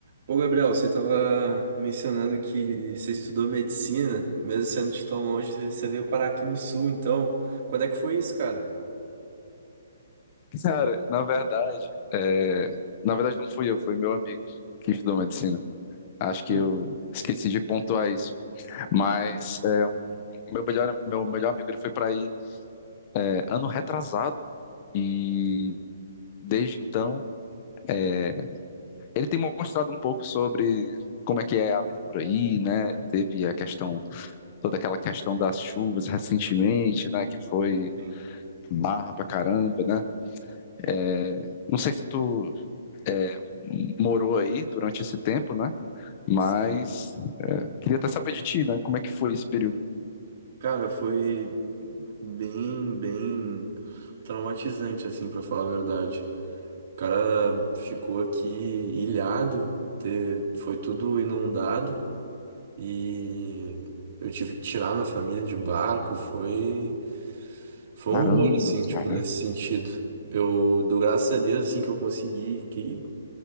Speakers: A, on the right (about 50°); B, on the left (about 35°).
A: Ô, Gabriel, você estava mencionando que você estudou medicina, mesmo sendo de tão longe, você veio parar aqui no sul, então. Quando é que foi isso, cara?
B: Cara, na verdade, é, na verdade não fui eu, foi meu amigo que estudou medicina. Acho que
A: Hum,
B: eu esqueci de pontuar isso. Mas é, meu melhor, meu melhor amigo ele foi para aí é, ano retrasado e desde então eh, ele tem mostrado um pouco sobre como é que é a vida por aí, né? Teve a questão, toda aquela questão das chuvas recentemente, né? Que foi
A: Sim,
B: barra pra caramba, né? É, não sei se tu é, morou aí durante esse tempo, né? Mas
A: sim.
B: queria até saber de ti, né? Como é que foi esse período?
A: cara, foi bem, bem traumatizante, assim, pra falar a verdade. O cara ficou aqui ilhado, te- foi tudo inundado e eu tive que tirar minha família de barco, foi. Foi
B: Caramba,
A: um horror, assim, tipo,
B: cara.
A: nesse sentido. Eu dou graças a Deus, assim, que eu consegui, que